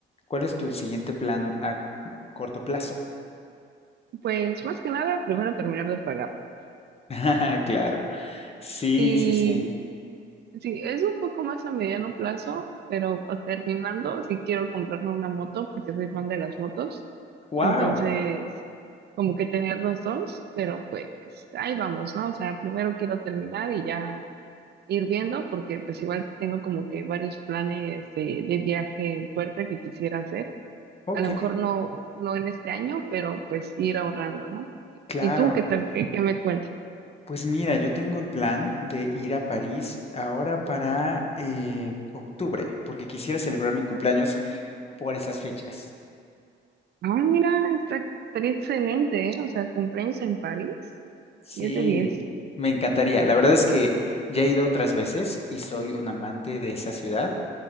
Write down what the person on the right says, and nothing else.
pues más que nada primero terminar de pagar.
Y
sí, es un poco más a mediano plazo, pero a- terminando, sí quiero comprarme una moto porque soy fan de las motos,
entonces como que tener los dos, pero pues ahí vamos, ¿no? O sea, primero quiero terminar y ya ir viendo porque pues igual tengo como que varios planes de, de viaje en puerta que quisiera hacer.
a lo mejor no, no en este año, pero pues ir ahorrando, ¿no?
¿Y tú qué tal? ¿Qué, qué me cuentas?
Ah, mira, está, estaría excelente, ¿eh? O sea, cumpleaños en París,
10 de diez